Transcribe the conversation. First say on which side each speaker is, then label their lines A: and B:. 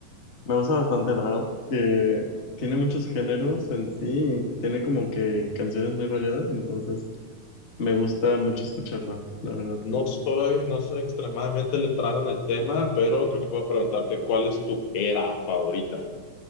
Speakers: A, on the left; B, on the left.
A: me gusta bastante, la verdad, que tiene muchos géneros en sí y tiene como que canciones muy variadas, entonces me gusta mucho escucharla, la verdad.
B: No soy, no soy extremadamente letrado en el tema, pero creo que puedo preguntarte cuál es tu era favorita.